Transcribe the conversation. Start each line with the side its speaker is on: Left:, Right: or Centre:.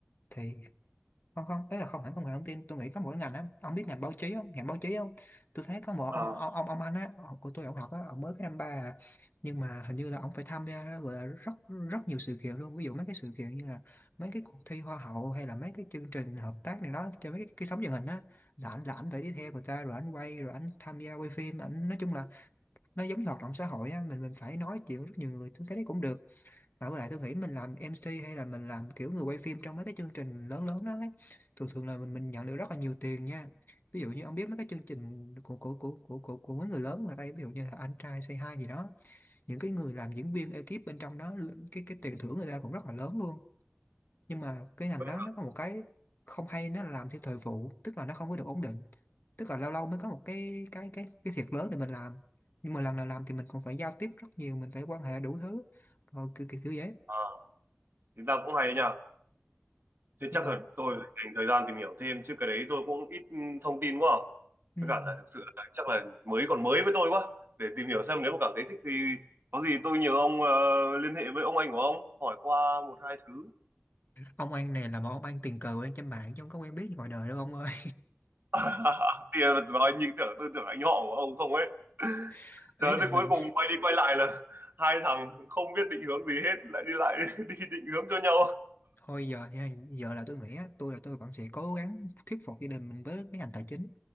Left: thì không không đấy là không hẳn công nghệ thông tin tôi nghĩ có mỗi ngành á ông biết ngành báo chí không ngành báo chí không tôi thấy có một
Right: à,
Left: ông ông ông, ông anh á ông của tôi ông học á ông mới cái năm ba à. nhưng mà hình như là ông phải tham gia gọi là rất rất nhiều sự kiện luôn ví dụ mấy cái sự kiện như là mấy cái cuộc thi hoa hậu hay là mấy cái chương trình hợp tác này đó cho mấy cái, cái sóng truyền hình á là ảnh là ảnh phải đi theo người ta rồi ảnh quay rồi ảnh tham gia quay phim ảnh nói chung là nó giống như hoạt động xã hội á mình mình phải nói chuyện với rất nhiều người tôi thấy đấy cũng được mà với lại tôi nghĩ mình làm MC hay là mình làm kiểu người quay phim trong mấy cái chương trình lớn lớn đó ấy, thường thường là mình mình nhận được rất là nhiều tiền nha. Ví dụ như ông biết mấy cái chương trình của của của của của, của mấy người lớn ở đây, ví dụ như là Anh trai Say Hi gì đó, những cái người làm diễn viên ekip bên trong đó, cái cái tiền thưởng người ta cũng rất là lớn luôn. Nhưng mà cái ngành
Right: vậy
Left: đó
Right: là-
Left: nó có một cái không hay nó là làm theo thời vụ, tức là nó không có được ổn định. Tức là lâu lâu mới có một cái cái cái cái thiệt lớn để mình làm. Nhưng mà lần nào làm thì mình cũng phải giao tiếp rất nhiều, mình phải quan hệ đủ thứ. Rồi kiểu kiểu, kiểu vậy
Right: à thì ta cũng hay nha thế
Left: nhưng
Right: chắc
Left: mà
Right: là tôi phải dành thời gian tìm hiểu thêm chứ cái đấy tôi cũng ít ừ, thông tin quá à.
Left: ừm,
Right: với cả là thực sự là chắc là mới còn mới với tôi quá để tìm hiểu xem nếu mà cảm thấy thích thì có gì tôi nhờ ông ờ, liên hệ với ông anh của ông hỏi qua một hai thứ
Left: ông An này là một ông An tình cờ quen trên mạng chứ không có quen biết gì ngoài đời đâu ông ơi
Right: <laughs> thì ờ, nói như tưởng tôi tưởng anh họ của ông không ấy
Left: <laughs> ý
Right: Trời
Left: là
Right: tới
Left: mình
Right: cuối cùng quay đi quay lại là hai thằng không biết định hướng gì hết lại đi lại <laughs> đi định hướng cho nhau
Left: thôi giờ thì giờ là tôi nghĩ á, tôi là tôi vẫn sẽ cố gắng thuyết phục gia đình mình với cái ngành tài chính